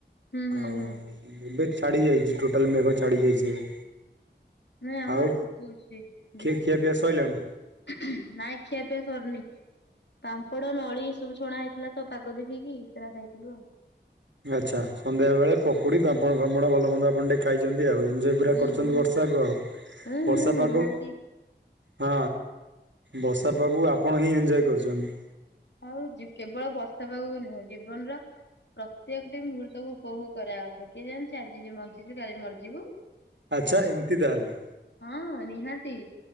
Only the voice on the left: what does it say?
ହୁଁ ହୁଁ
ହୁଁ
ନାଇଁ ଆମ
ଆଡେ ପକଉଚି ଝିପ୍
ଝିପ୍
ନାଇଁ ଖିଆ ପିଆ ସରିନି। ପାମ୍ପଡ଼ ନଳି ଏସବୁ ଛଣା ହେଇଥିଲାତ ପାଗ ଦେଖିକି ସେରା ଖାଇଥିଲୁ ଆଉ।
ହୁଁ
ହୁଁ
ହୁଁ
ହୁଁ
ନିହାତି
ଆଉ କେବଳ ବର୍ଷା ପାଗକୁ ନୁହେଁ ଜୀବନର ପ୍ରତ୍ୟେକଟି ମୁହୂର୍ତ୍ତକୁ ଉପଭୋଗ କରିବା କଥା କିଏ ଜାଣିଚି ଆଜି ଯିଏ ବଞ୍ଚିଚୁ କାଲି ମରିଯିବୁ।
ହଁ ନିହାତି।